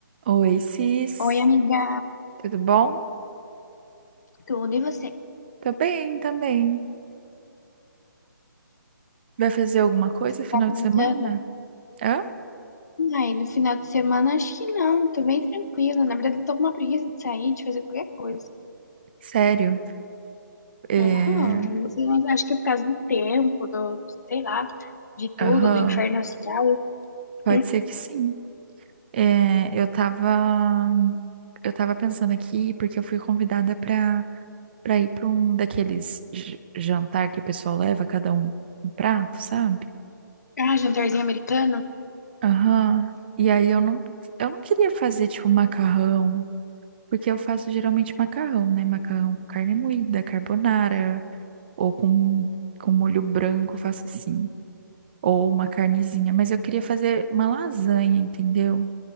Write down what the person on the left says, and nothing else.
Oi, amiga,
tudo e você?
Tá aprontando?
Ai, no final de semana acho que não, tô bem tranquila. Na verdade, tô com uma preguiça de sair, de fazer qualquer coisa.
Aham, não sei, mas acho que é por causa do tempo, do, sei lá, de tudo,
do inferno astral.
Um,
Ah, jantarzinho americano.